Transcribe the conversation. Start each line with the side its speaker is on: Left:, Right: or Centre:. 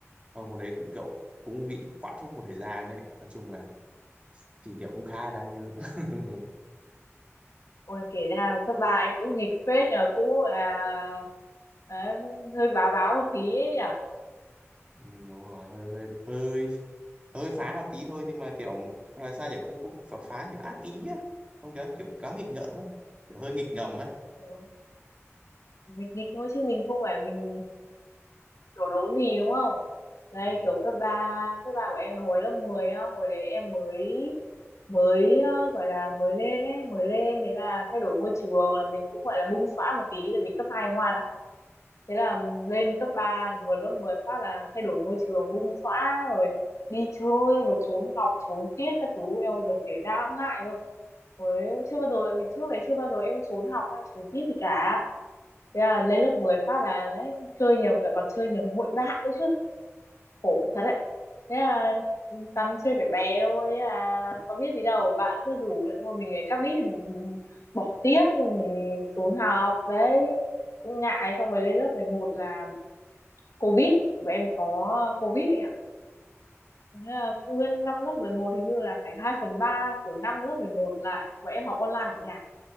Right: Xong hồi đấy cũng kiểu cũng bị quản thúc một thời gian đấy nói chung là kỷ niệm cũng khá là đáng nhớ <laughs>
Left: ôi kể ra cấp ba anh cũng nghịch phết nhờ cũng à, đấy, hơi bá báo một tí ấy
Right: Ừ, đúng rồi hơi hơi hơi hơi phá một tí thôi nhưng mà kiểu nói sao kiểu cũng cũng phá phá kiểu ác ý á không kiểu kiểu quá nghịch ngợm ấy kiểu hơi nghịch ngầm ấy
Left: nhỉ mình nghịch thôi chứ mình không phải mình đổ đốn gì đúng không đây
Right: Ừ.
Left: kiểu cấp ba cấp 3 của em là hồi lớp 10 á hồi đấy em mới mới ờ, gọi là mới lên ấy mới lên thế là thay đổi môi trường là mình cũng gọi là bung xõa một tí tại vì cấp 2 ngoan lắm thế là lên cấp 3 vừa lớp 10 phát là thay đổi môi trường bung xõa rồi đi chơi mà trốn học trốn tiết các thứ em bây giờ kể ra cũng ngại cơ Ôi, chưa bao giờ tại vì trước này chưa bao giờ em trốn học hay là trốn tiết gì cả thế là lên lớp 10 phát là đấy chơi nhầm cả còn chơi nhầm hội bạn nữa chứ khổ thật đấy thế là tăn chơi phải bé thôi thế là có biết gì đâu bạn cứ rủ là thôi mình lại cắp đít thì mình ừ, bỏ tiết rồi mình trốn học đấy cũng ngại xong rồi lên lớp 11 là covid bọn em có covid ấy Thế là nguyên năm lớp 11 hình như là phải 2 phần 3 của năm lớp 11 lại và em học online ở nhà